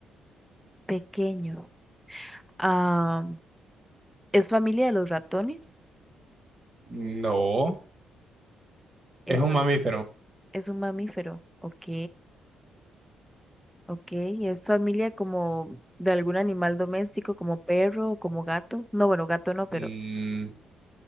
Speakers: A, in the centre; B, on the right.
A: Pequeño. Ah, ¿es familia de los ratones?
B: no.
A: Es,
B: Es un
A: fam-
B: mamífero.
A: es un mamífero. Ok, ok. ¿Es familia como de algún animal doméstico, como perro o como gato? No, bueno, gato no, pero...
B: Mm,